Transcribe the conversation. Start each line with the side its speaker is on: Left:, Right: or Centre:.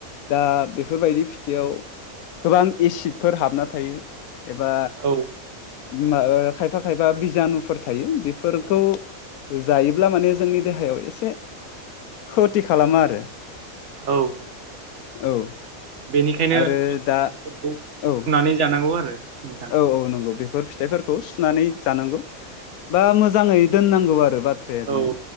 Left: दा बेफोरबायदि फिथाइयाव गोबां एसिडफोर हाबना थायो एबा
Right: औ
Left: मा खायफा खायफा बिजानुफोर थायो बेफोरखौ
Right: औ
Left: जायोब्ला माने जोंनि देहायाव एसे खथि खालामा आरो
Right: औ
Left: औ
Right: बेनिखायनो
Left: आरो दा
Right: बेफोरखौ
Left: औ
Right: सुनानै जानांगौ आरो नोंथां
Left: औ औ नंगौ बेफोर फिथाइफोरखौ सुनानै जानांगौ बा मोजाङै दोननांगौ आरो बाथ्राया
Right: औ
Left: बेनो